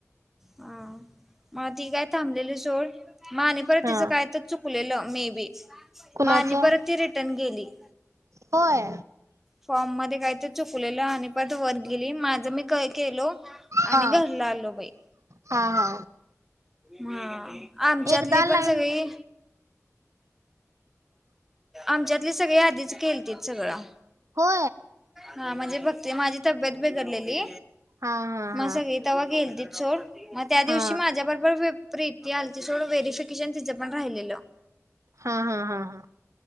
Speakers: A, in the centre; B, on the right (about 70°).
A: हा मग ती काय थांबलेली सोड मग आणि परत
B: हा.
A: तिचं काय तर चुकलेलं मे बी
B: कुणाचं?
A: मा आणि परत ती रिटर्न गेली
B: होय
A: फॉर्म मध्ये काही तर चुकलेलं आणिपत वर गिली माझं मी काय केलो आणि
B: हा
A: घर लालोबाई
B: हा हा
A: हा आमच्यातली
B: एकदा
A: पण
B: लाईन
A: सगळी आमच्यातले सगळे यादीीच केलती सगळं
B: हो
A: हा म्हणजे बघते माझी तब्येत बिघडलेली
B: हा हा
A: मग
B: हा
A: सगळी तेव्हा गेल ती सोड मग त्या
B: हा
A: दिवशी माझ्याबरोबर प्रीती आलची सोडं व्हेरीिफिकेशन तिचं पण राहिलेलं
B: हा हा हा हा